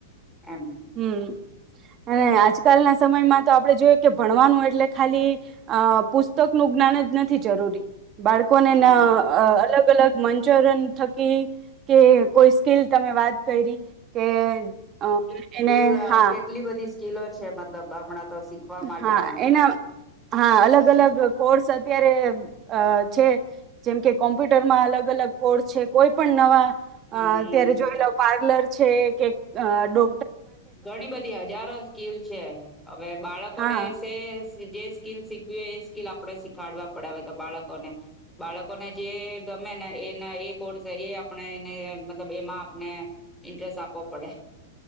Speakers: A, in the centre; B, on the right.
A: એમ
B: હમ અને આજકાલના સમયમાં તો આપણે જોઈએ કે ભણવાનું એટલે ખાલી અ પુસ્તક નું જ્ઞાન જ નથી જરૂરી બાળકોને
A: હમ
B: ના અલગ અલગ મંચોરન થકી કે કોઈ સ્કીલ તમે વાત કરી કે અ એને
A: લ
B: હા
A: કેટલી બધી કિલો છે મતલબ હણા તો શીખવા માટે
B: હા
A: આમ
B: એના હા અલગ અલગ કોર્સ અત્યારે અ છે જેમ કે કોમ્પ્યુટરમાં અલગ અલગ કોર્સ છે કોઈ પણ નવા
A: હમ
B: અ અત્યારે જોઈ લ પાર્લર છે કે ડો
A: ઘણી બધી હજારો સ્કીલ છે હવે બાળકટે
B: હા
A: સ જે સ્કીલ શીખવી હોય એ સ્કીિલ આપણે શીખાડવા પડ તો બાળકોને બાળકોને જે ગમે ને એના એ કોર્સ એ આપણે એને મતલબ એમાં આપને ઇન્ટરેસ્ટ આપવો પડે